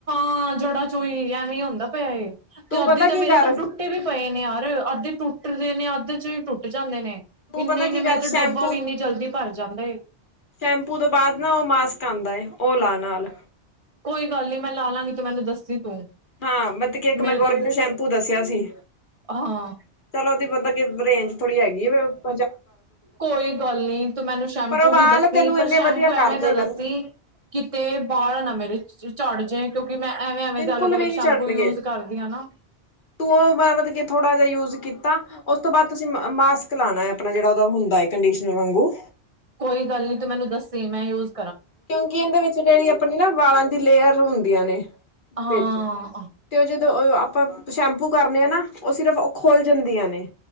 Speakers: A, on the right (about 30°); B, on the left (about 50°).
A: ਹਾਂ ਜੜਾ ਚੋਈ ਐਵੇਂ ਹੁੰਦਾ ਪਿਆ ਇਹ।
B: ਤੂੰ
A: ਤੇ ਅੱਧੇ
B: ਪਤਾ
A: ਤਾਂ
B: ਕੀ
A: ਮੇਰੇ
B: ਕਰ
A: ਤੋਂ ਟੁੱਟੇ ਵੀ ਪਏ ਨੇ ਯਾਰ ਅੱਧੇ ਟੁੱਟਦੇ ਨੇ ਅੱਧੇ ਚ ਵੀ ਟੁੱਟ ਜਾਂਦੇ ਨੇ।
B: ਤੂੰ
A: ਇੰਨੇ
B: ਪਤਾ
A: ਇੰਨੇ
B: ਕੀ ਕਰ
A: ਮੇ ਤੇ
B: ਸ਼ੈਂਪੂ
A: ਡੱਬਾ ਵੀ ਇੰਨੀ ਜਲਦੀ ਭਰ ਜਾਂਦਾ।
B: ਸ਼ੈਂਪੂ ਤੋਂ ਬਾਅਦ ਨਾ ਉਹ ਮਾਸਕ ਆਉਂਦਾ ਓਲਾ ਨਾਲ।
A: ਕੋਈ ਗੱਲ ਨੀ ਮੈਂ ਲਾ ਲਾਂਗੀ ਤੂੰ ਮੈਨੂੰ ਦੱਸੀ ਤੂੰ।
B: ਹਾਂ ਮਤਕ ਕਿ ਇੱਕ ਮੈਂ
A: ਮੇਰੇ
B: ਗੋਰੀ
A: ਤਾਂ
B: ਨੂੰ ਸ਼ੈਂਪੂ ਦੱਸਿਆ ਸੀ।
A: ਹਾਂ
B: ਚਲ ਉਹਦੀ ਬੰਦਾ ਰੇਂਜ ਥੋੜੀ ਹੈਗੀ ਆ ਫੇ।
A: ਕੋਈ ਗੱਲ ਨੀ ਤੂੰ ਮੈਨੂੰ ਸ਼ੈਂਪੂ
B: ਪਰ ਉਹ ਵਾਲ
A: ਵੀ ਦੱਸੀ
B: ਤੈਨੂੰ
A: ਪਰ
B: ਇੰਨੇ
A: ਸ਼ੈਂਪੂ
B: ਵਧੀਆ ਕਰ
A: ਐਵੇਂ ਤਾਂ
B: ਦੇਗਾ
A: ਦੱਸੀ।
B: ਨਾ
A: ਕਿਤੇ ਬਾਹਰ ਨਾ ਮੇਰੇ ਚਝੜ ਜੇ ਕਿਉਂਕਿ ਵੀ ਮੈਂ ਐਵੇਂ ਐਵੇਂ
B: ਬਿਲਕੁਲ
A: ਤੇ ਅਲੱਗ -ਅਲਗ
B: ਵੀ ਨੀ ਝੜਨਗੇ।
A: ਸ਼ੈਂਪੂ ਯੂਜ ਕਰਦੀ ਹ ਨਾ।
B: ਤੂੰ ਉਹ ਮਤਲਬ ਕੇ ਥੋੜ੍ਹਾ ਜਿਹਾ ਯੂਜ ਕੀਤਾ। ਉਸ ਤੋਂ ਬਾਅਦ ਤੁਸੀਂ ਮਾਸਕ ਲਾਉਣਾ ਹੈ ਆਪਣਾ ਜਿਹੜਾ ਉਹਦਾ ਹੁੰਦਾ ਕੰਡੀਸ਼ਨਰ ਵਾਂਗੂ।
A: ਕੋਈ ਗੱਲ ਨੀ ਤੂੰ ਮੈਨੂੰ ਦੱਸੇ ਮੈਂ ਉਸ
B: ਕਿਉਂਕਿ ਇਹਦੇ ਵਿੱਚ ਜਿਹੜੀ ਆਪਣੀ ਵਾਲਾਂ ਦੀ ਲੇਅਰ ਹੁੰਦੀਆਂ ਨੇ।
A: ਹਾਂ
B: ਵਿੱਚ ਤੇ ਉਹ ਜਦੋਂ ਉਹ ਆਪਾਂ। ਸ਼ੈਂਪੂ ਕਰਨੇ ਆ ਨਾ ਉਹ ਸਿਰਫ ਉਹ ਖੁੱਲ੍ਹ ਜਾਂਦੀਆਂ ਨੇ।